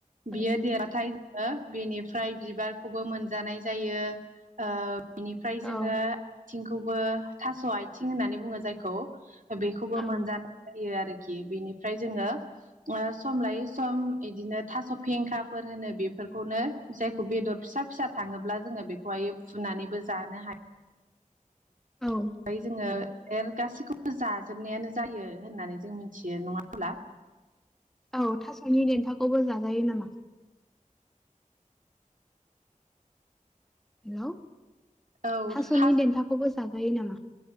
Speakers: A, on the right; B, in the centre.
A: बियो
B: औ
A: देराथाय जोङो बिनिफ्राय बिबारखौबो मोनजानाय जायो ओ बिनिफ्राय जोङो
B: औ
A: आथिंखौबो थास' आथिं होननानै बुङो जायखौ बेखौबो
B: औ
A: मोनजानाय जायो आरोखि खि बेनिफ्राय जोङो सम लायै सम बिदिनो थास' फेंखाफोर होनो बेफोर बेफोरखौनो जायखौ बेदर फिसा फिसा थाङोब्ला जोङो बेखौहायो फुनानैबो जानो हायो
B: औ
A: ओमफ्राय जोङो गासैखौबो जाजोबनायानो जायो होननानै जों मिथियो नङा होमब्ला
B: औ थास'नि देन्थाखौबो जाजायो नामा हेलौ
A: औ
B: थास'नि
A: थास
B: देन्थाखौबो जाजायो नामा